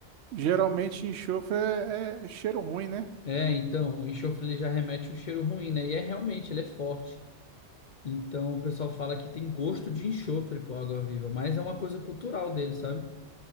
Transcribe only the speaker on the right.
geralmente enxofre é, é cheiro ruim, né?